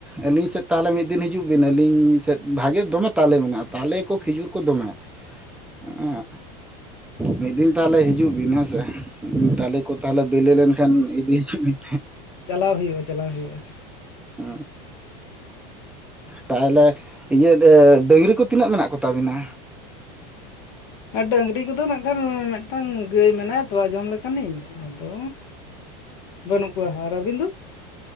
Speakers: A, in the centre; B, on the left.
A: ᱟᱹᱞᱤᱧ ᱥᱮᱫ ᱛᱟᱦᱞᱮ ᱢᱤᱫ ᱫᱤᱱ ᱦᱤᱡᱩᱜ ᱵᱤᱱ, ᱟᱹᱞᱤᱧ ᱥᱮᱫ ᱵᱷᱟᱜᱮ ᱫᱚᱢᱮ ᱛᱟᱞᱮ ᱢᱮᱱᱟᱜᱼᱟ, ᱛᱟᱞᱮ ᱠᱚ ᱠᱷᱤᱡᱩᱨ ᱠᱚ ᱫᱚᱢᱮ ᱚ, ᱢᱤᱫ ᱫᱤᱱ ᱛᱟᱦᱞᱮ ᱦᱤᱡᱩᱜ ᱵᱤᱱ ᱦᱮᱸᱥᱮ ᱛᱟᱞᱮ ᱠᱚ ᱛᱟᱦᱞᱮ ᱵᱤᱞᱤ ᱞᱮᱱᱠᱷᱟᱱ ᱤᱫᱤ ᱦᱤᱡᱩᱜ ᱰᱤᱱ
B: ᱪᱟᱞᱟᱜ ᱦᱩᱭᱩᱜᱼᱟ ᱪᱟᱞᱟᱣ ᱦᱩᱭᱩᱜᱼᱟ
A: ᱚ ᱛᱟᱦᱞᱮ ᱤᱭᱟᱹ ᱰᱟᱝᱨᱤ ᱠᱚ ᱛᱤᱱᱟᱹᱜ ᱢᱮᱱᱟᱜ ᱠᱚᱛᱟ ᱵᱤᱱᱟ
B: ᱟᱨ ᱵᱟᱹᱝᱨᱤ ᱠᱚᱫᱚ ᱱᱟᱜ ᱠᱷᱟᱱ ᱢᱤᱫᱴᱟᱝ ᱜᱟᱹᱭ ᱢᱮᱱᱟᱭᱟ ᱛᱚᱣᱟ ᱡᱚᱢ ᱞᱮᱠᱟᱱᱤᱧ ᱟᱫᱚ ᱵᱟᱹᱱᱩᱜ ᱠᱚᱣᱟ ᱟᱨ ᱟᱹᱵᱤᱱ ᱫᱚ